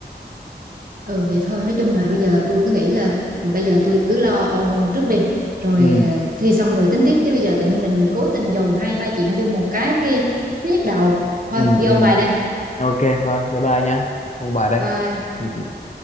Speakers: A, on the right; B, on the left.
A: ừ vậy thôi nói chung là bây giờ tôi cứ nghĩ là bây giờ tôi cứ lo ôn trước đi rồi
B: ừ
A: ờ, thi xong rồi tính tiếp chứ bây giờ tự nhiên mình cố tình dồn hai ba chuyện vô một cái kia nó nhức đầu thôi
B: ừ
A: đi
B: ừ
A: ôn bài đây
B: ok thôi bye bye nha ông bà đây
A: bye
B: ừ, ừ.